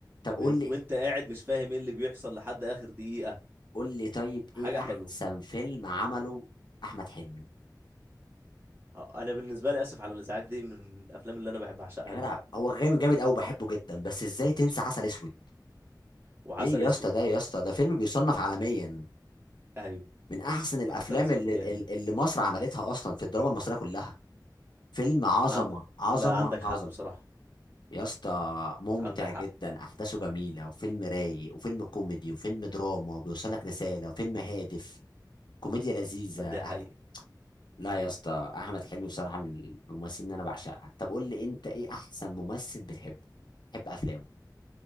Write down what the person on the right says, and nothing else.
و...
وانت قاعد مش فاهم ايه اللي بيحصل لحد اخر دقيقة
حاجة
حلوة
آه، انا بالنسبة لي اسف على الازعاج دي من الافلام اللي انا بحب اعشقها
ليه
وعسل
اسود
ايوه
عسل اسود
جامد
عند...
لا عندك
حق بصراحة
عندك
حق
ده
حقيقي